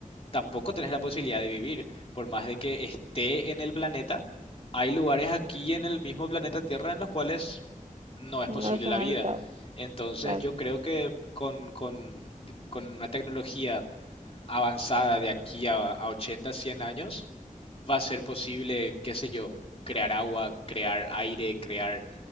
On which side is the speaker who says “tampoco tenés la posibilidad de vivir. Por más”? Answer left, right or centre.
Left